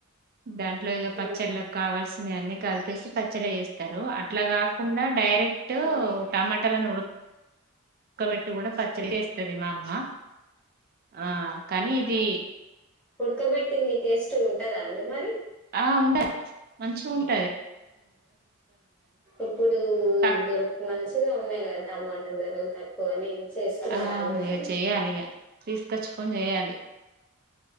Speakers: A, on the right (about 45°); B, in the centre.
A: దాంట్లో ఇగ పచ్చళ్ళకు
B: ఉమ్.
A: కావాల్సి ఇగ అన్ని కలిపేసి పచ్చడ చేస్తారు. అట్లా కాకుండా డై టు
B: ఉమ్.
A: టమాటాలలను ఉడ ఉడకబెట్టి కూడా పచ్చడి చేస్తుంది మా అమ్మ ఆ కానీ ఇది
B: ఉడకబెట్టింది టేస్ట్గా ఉంటదా అండి మరి
A: ఆ ఉండద్ ఇదే మంచిగా ఉంట
B: ఇప్పుడు
A: కాక్
B: దొరక మంచిగా ఉన్నాయి కదా టమాటర్ దధరల్ తక్కువని చేసుకున్నారా
A: ఆ
B: అండి
A: అవును
B: మరి
A: చెయ్యాలి ఇగ తీసుకొచ్చుకొని చేయాలి